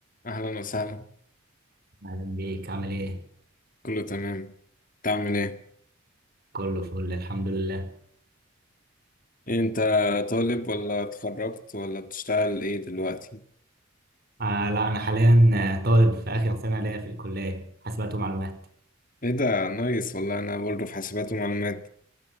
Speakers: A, on the left; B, on the right.
A: أهلا وسهلا
B: أهلا بيك عامل إيه؟
A: كله تمام تعمل إيه؟
B: كله فل الحمد لله.
A: أنت طالب ولا اتخرجت ولا بتشتغل إيه دلوقتي؟
B: آه لا أنا حاليا آه، طالب في آخر سنة ليا في الكلية حاسبات ومعلومات.
A: إيه ده نايس والله أنا برضه في حاسبات ومعلومات